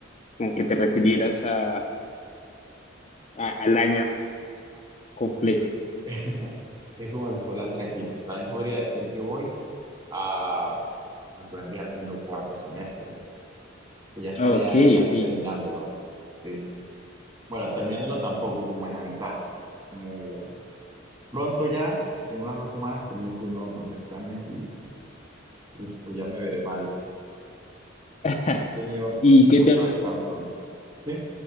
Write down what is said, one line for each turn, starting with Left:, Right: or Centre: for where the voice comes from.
Left: como que te refirieras a, a- al año completo.
Right: Y <laughs> es como se suele hacer aquí. También podría decir que voy a lo que vendría siendo cuarto semestre. que ya estaría
Left: Ok,
Right: ya casi
Left: ok.
Right: terminándolo. Sí. Bueno, terminándolo tampoco, como en la mitad. Como pronto ya, en unas dos semanas comienzo de nuevo con los exámenes y uf, pues ya me veré mal.
Left: <laughs>
Right: He tenido
Left: ¿Y
Right: mucho
Left: qué te, ha-
Right: descanso. Sí.